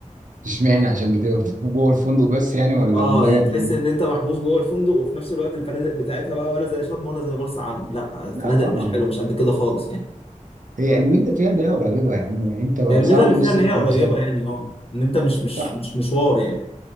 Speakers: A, on the right; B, on the left.
A: اشمعنى عشان بتبقى <laughs> جوه الفندق بس يعني ولا
B: اه
A: المية
B: يعني
A: بال-
B: تحس ان انت محبوس جوه الفندق وفي نفس الوقت الفنادق بتاعتها بقى ولا زي شرم ولا زي مرسى علم لا الفنادق
A: لا طبعا
B: مش حلوه مش قد كده خالص يعني
A: هي الميزة فيها اللي هي قريبة يعني انت بقى
B: هي الميزه
A: ساعة
B: اللي
A: ونص
B: فيها ان هي قريبه
A: مصد...
B: يعني اه ان انت مش مش
A: ساعة
B: مش مشوار يعني